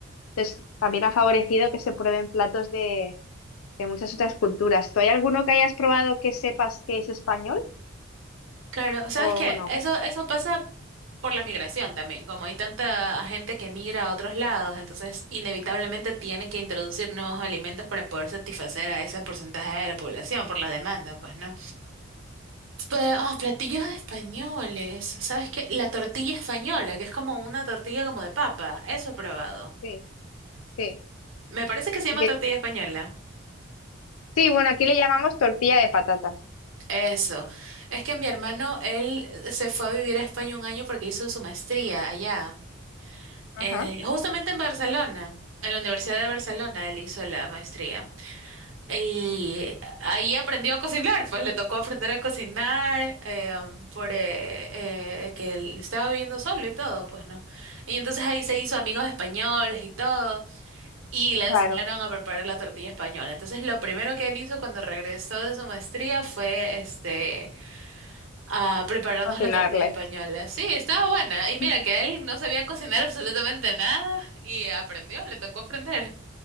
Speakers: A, on the left; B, on the right.
A: Entonces también ha favorecido que se prueben platos de, de muchas otras culturas. ¿Tú hay alguno que hayas probado que sepas que es español
B: Claro, ¿sabes
A: o
B: qué?
A: no?
B: Eso, eso pasa por la migración también, como hay tanta gente que migra a otros lados, entonces inevitablemente tienen que introducir nuevos alimentos para poder satisfacer a ese porcentaje de la población por la demanda, pues, ¿no? Pe- ah, platillos españoles, ¿sabes qué? La tortilla española, que es como una tortilla como de papa, eso he probado.
A: Sí, sí.
B: Me parece que se llama
A: Y que,
B: tortilla española.
A: sí, bueno, aquí le llamamos tortilla de patatas.
B: Eso. Es que mi hermano, él eh, se fue a vivir a España un año porque hizo su maestría allá.
A: Ajá.
B: eh, justamente en Barcelona, en la Universidad de Barcelona, él hizo la maestría. Y ahí aprendió a cocinar, pues le tocó aprender a cocinar, eh, um, por eh, eh, que él estaba viviendo solo y todo, pues no. Y entonces ahí se hizo amigos españoles y todo, y le enseñaron
A: Claro,
B: a preparar la tortilla española. Entonces lo primero que él hizo cuando regresó de su maestría fue este a prepararnos
A: Cocinarle.
B: la tortilla española. Sí, estaba buena.
A: <laughs>
B: Y mira que él no sabía cocinar absolutamente nada y aprendió, le tocó aprender.